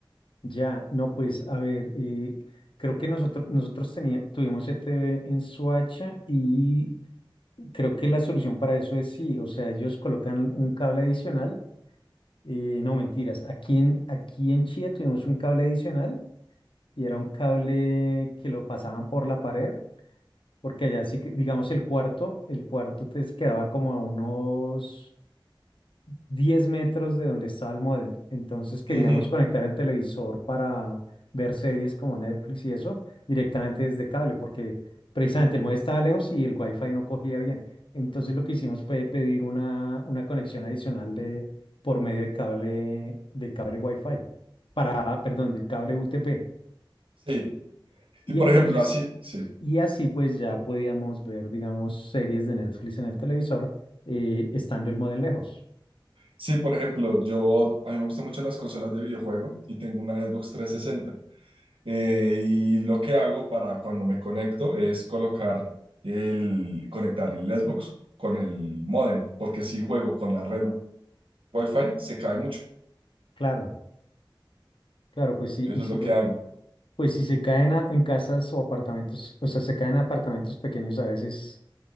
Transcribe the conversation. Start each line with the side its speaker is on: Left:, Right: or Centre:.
Left: Ya, no, pues, a ver, eh, creo que nosotros, nosotros tenía, tuvimos ETV en Soacha y creo que la solución para eso es sí, o sea, ellos colocan un cable adicional, eh, no mentiras, aquí en, aquí en Chía tuvimos un cable adicional y era un cable que lo pasaban por la pared porque allá sí que, digamos, el cuarto, el cuarto te quedaba como a unos 10 metros de donde estaba el módem. Entonces queríamos
Right: Ujú,
Left: conectar el televisor para ver series como Netflix y eso directamente desde cable, porque precisamente el módem estaba lejos y el wifi no cogía bien. Entonces lo que hicimos fue pedir una, una conexión adicional de, por medio de cable, de cable wifi, para, perdón, de cable UTP.
Right: sí,
Left: Y
Right: y por
Left: entonces,
Right: ejemplo así, sí.
Left: y así pues ya podíamos ver, digamos, series de Netflix en el televisor, eh, estando el modem lejos.
Right: Sí, por ejemplo, yo, a mí me gustan mucho las consolas de videojuego y tengo una Xbox 360. Eh, y lo que hago para cuando me conecto es colocar el, conectar el Xbox con el módem, porque si juego con la red Wi-Fi se cae mucho.
Left: Claro, claro, pues sí,
Right: Eso
Left: y si
Right: es lo
Left: lo,
Right: que hago.
Left: pues si se caen a- en casas o apartamentos, o sea, se caen en apartamentos pequeños a veces,